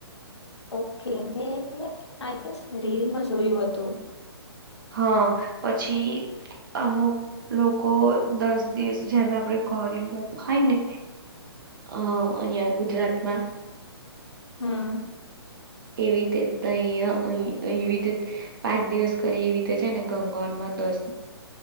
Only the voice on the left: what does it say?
ઓકે મે. આઈ ગસ રીલમાં જોયું હતું. તો.
હમ.